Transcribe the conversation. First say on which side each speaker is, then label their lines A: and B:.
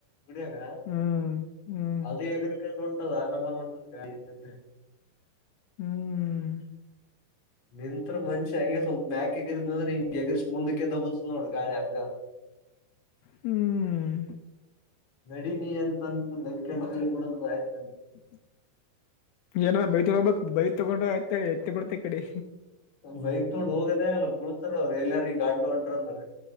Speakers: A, on the left; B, on the left.
A: ಬಿಡಿಯಾಗ <unintelligible>
B: ಹ್ಮ್ ಹ್ಮ್
A: ಅದ ಎಗರ್ಕೊಂಡು ಒ ಉಂಟದು ಆ ನಮ್ಮ ಉಂಟದ ಗಾಳಿ ಇಟ್ಟದ್ದೆ...
B: ಹ್ಮ್
A: ನಿಂತ್ತ್ರ ಮನ್ಷಿ ಹಂಗೆ ಸ್ವಲ್ಪ ಮ್ಯಾಕೆ ಎಗರಿದ್ ಅಂದ್ರೆ ಹಿಂಗೆ ಎಗರ್ ಮುಕ್ಕೆ ದಬ್ಬತ್ ನೋಡ್ ಗಾಳಿ ಹಂಗ.
B: ಹ್ಮ್ <inaudible>
A: <inaudible> ನಡಿನಿ ಅಂತಂತಂದುದಡ ಆಯ್ತು...
B: <unintelligible> ಏನ ಬೈ ತಗೋಗಬೇಕಕ್ ಬೈ ತಗೊಂಡ ಆಯ್ತ ಎತ್ತಿ ಬಿಡ್ತಾ ಇಕಡಿ.
A: ಬೈಕ್ ತೊಗೊಂಡ್ ಹೋಗೋದೇ ಆಗಲ್ಲ ಬುಲ್ತಾರ ಅವ್ರರು ಎಲ್ಲರ ಹಿಂಗ ಅಡ್ಡ ಹೊಂಟ್ರ ಅಂದ್ರ.